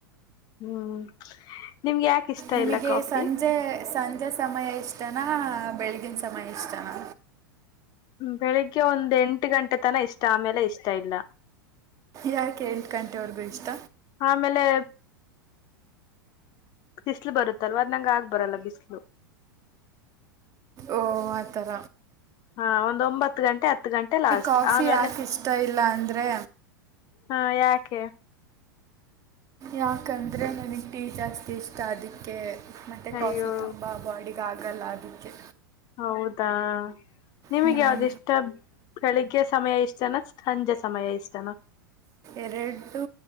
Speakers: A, on the left (about 35°); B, on the right (about 30°).
A: ಹ್ಮ್. ನಿಮ್ಗೆ ಯಾಕ ಇಷ್ಟ
B: ನಿಮಗೆ
A: ಇಲ್ಲ ಕಾಫಿ
B: ಸಂಜೆ ಸಂಜೆ ಸಮಯ ಇಷ್ಟನಾ. ಬೆಳಗಿನ ಸಮಯ ಇಷ್ಟನಾ.
A: ಬೆಳಿಗ್ಗೆ ಒಂದ್ ಎಂಟು ಗಂಟೆತನ ಇಷ್ಟ ಆಮೇಲೆ ಇಷ್ಟ ಇಲ್ಲ
B: ಯಾಕೆ ಎಂಟು ಗಂಟೆವರ್ಗೂ ಇಷ್ಟ.
A: ಆಮೇಲೆ ಬಿಸ್ಲು ಬರುತ್ತಲ್ವ ನಂಗ ಆಗ್ ಬರಲ್ಲ ಬಿಸ್ಲು.
B: ಓ ಆಥರ.
A: ಹಾ ಒಂದ್ ಒಂಬತ್ತು ಗಂಟೆ ಹತ್ತು ಗಂಟೆ ಲಾಸ್ಟ್
B: ಕಾಫಿ
A: ಆಮೇಲೆ.
B: ಯಾಕೆ ಇಷ್ಟ ಇಲ್ಲ ಅಂದರೆ
A: ಹಾ ಯಾಕೆ.
B: ಯಾಕಂದರೆ ನನಗೆ ಟೀಚರ್ಸ್ ಇಷ್ಟ ಅದಕ್ಕೆ. ಮತ್ತೆ ಕಾಫಿ
A: ಅಯ್ಯೋ
B: ತುಂಬ ಬಾಡಿಗೆ ಆಗಲ್ಲ ಅದಕ್ಕೆ.
A: ಹೌದಾ ನಿಮಗೆ
B: ಹ್ಞೂ
A: ಯಾವುದೇ ಇಷ್ಟ ಬೆಳಿಗ್ಗೆ ಸಮಯ ಇಷ್ಟ ಚೆನ ಸಂಜೆ ಸಮಯ ಇಷ್ಟನ.
B: ಎರಡು